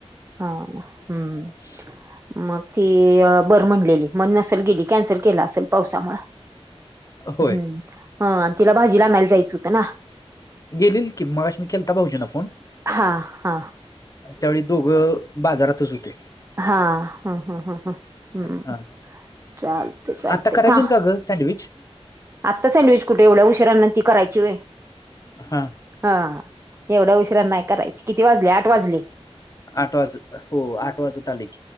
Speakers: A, on the right; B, on the left.
A: हा हम्म
B: अ
A: मग ती बरं म्हणलेली मग नसल गेली कॅन्सल केला असेल पावसामुळे
B: होय
A: ह आणि तिला भाजी आणायला जायचं होतं ना
B: गेलेल की मगाशी मी केल तर भाहुजी ना फोन
A: हा ह
B: त्यावेळी दोघं बाजारातच होते
A: हा हम् हम्म हम्म हम्म हम्म
B: हा
A: चालते चालते
B: आता करायला
A: ह
B: येईल का ग सँडविच
A: आत्ता सँडविच कुठे एवढ्या उशीराांना करायची वय
B: हा
A: हा एवढा उशरा नाही करायची किती वाजली आठ वाजली
B: आठ वाज हो आठ वाज त आले